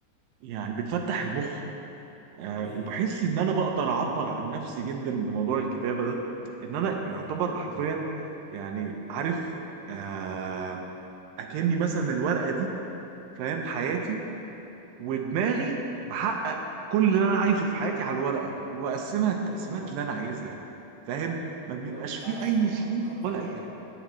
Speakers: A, on the right; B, on the left.
A: يعني بتفتح المخ آه
B: ايوه
A: وبحس
B: فعلا
A: ان انا بقدر اعبر عن نفسي جدا بموضوع الكتابه ده ان انا يعتبر
B: امم
A: حرفيا يعني عارف آه اكني مثلا الورقه دي فاهم حياتي ودماغي بحقق كل اللي انا عايزه في حياتي على الورقه وبقسمها التقسيمات
B: ايوه فاهمك
A: اللي انا عايزها فاهم ما بيبقاش
B: لو بتعرف
A: فيه اي
B: تطلع
A: شروط
B: افكارك في
A: ولا
B: الورق
A: اي حاجه